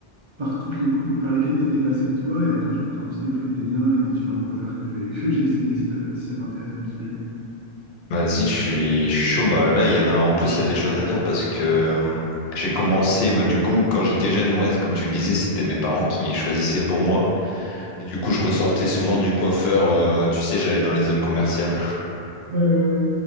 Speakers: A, on the right (about 35°); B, on the left (about 80°).
A: par toutes les coupes par lesquelles tu étais passé toi et après, je te ferai un petit débrief des miens et des différents coiffeurs que j'ai <laughs> que j'ai essayé si, t'as- si ça t'intéresse comme sujet.
B: Vas-y, je suis je suis chaud. Bah là, il y en a. En plus, il y a des choses à dire parce que euh, j'ai commencé. Bah du coup, quand j'étais jeune, ouais, comme tu le disais, c'était mes parents qui choisissaient pour moi. Et du coup, je ressortais souvent du coiffeur. euh, tu sais, j'allais dans les zones commerciales.
A: Ouais, ouais, ouais.